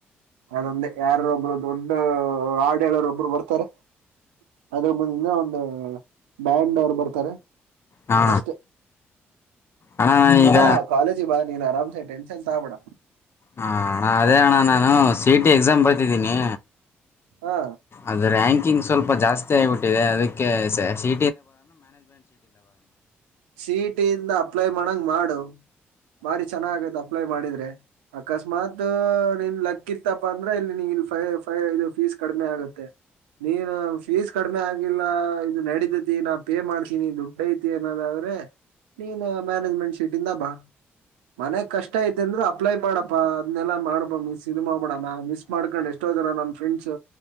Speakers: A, on the right; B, on the left.
A: ಅದಂದೆ ಯಾರ ಒಬ್ರು ದೊಡ್ ಆಡಳರು ಒಬ್ರು ಬರ್ತಾರೆ ಅದ್ರ ಮುಂದಿನ ಒಂದು ಬ್ಯಾಂಡ್ ಅವರು ಬರ್ತಾರೆ
B: ಹಾ
A: ಅಷ್ಟೇ
B: ಅಣ್ಣ ನಾನು
A: ನೀ
B: ಈಗ
A: ಬಾ ಕಾಲೇಜಿ ಬಾ ನೀನು ಆರಾಮಸೆ ಟೆನ್ಷನ್ ತಾಬಿಡ
B: ಹಾ ಅಣ ಅದೇ ಅಣ್ಣ ನಾನು ಸಿ ಇ ಟಿ ಎಕ್ಸಾಮ್ ಬರ್ತಿದ್ದೀನಿ
A: ಹಾ
B: ಅದು ರ್ಯಾಂಕಿಂಗ್ ಸ್ವಲ್ಪ ಜಾಸ್ತಿ ಆಗಬಿಟ್ಟಿದೆ ಅದಕ್ಕೆ ಸೀ
A: ಸಿಟಿ ಇಂದ ಅಪ್ಲೈ ಮಾಡಂಗ ಮಾಡು ಬಾರಿ ಚೆನ್ನಾಗತ್ ಅಪ್ಲೈ ಮಾಡಿದ್ರೆ ಅಕಸ್ಮಾತ್ ನಿನ್ ಲಕ್ಕ ಇತ್ತಪ್ಪ ಅಂದ್ರೆ ಇಲ್ಲಿ ನಿ ಫೈ ಫೈ ಇದು ಫೀಸ್ ಕಡಿಮೆ ಆಗುತ್ತೆ ನೀನು ಫೀಸ್ ಕಡಿಮೆ ಆಗಿಲ್ಲ ಇದು ನಡೀತ ಐತಿ ನಾ ಪೇ ಮಾಡ್ತೀನಿ ದುಡ್ಡ ಐತಿ ಅನ್ನೋದಾದ್ರೆ ನೀನ್ ಮ್ಯಾನೇಜ್ಮೆಂಟ್ ಶೀಟ ಇಂದ ಬಾ ಮನೆಗ್ ಕಷ್ಟ ಐತಿ ಅಂದ್ರೆ ಅಪ್ಲೈ ಮಾಡಪ್ಪಾ ಅದ್ನೆಲ್ಲ ಮಾಡಬ ಮಿಸ್ ಇದು ಮಾಡ್ಬ ಬಿಡ ನ ಮಿಸ್ ಮಾಡ್ಕೊಂಡ್ ಎಷ್ಟೋ ಜನ ನನ್ ಫ್ರೆಂಡ್ಸ್